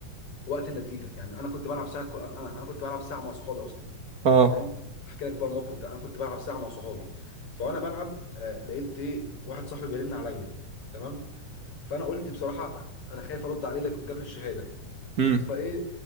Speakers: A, on the left; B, on the right.
A: وقت النتيجه يعني انا كنت بلعب ساعه انا انا كنت بلعب ساعه مع صحابي اصلا
B: <clears throat> اه
A: فاهم احكي لك بقى الموقف ده انا كنت بلعب ساعه مع صحابي فانا بلعب آه، لقيت ايه واحد صاحبي بيرن عليا تمام فانا قلت بصراحه انا خايف ارد عليه لكن جاب لي الشهاده
B: امم
A: فايه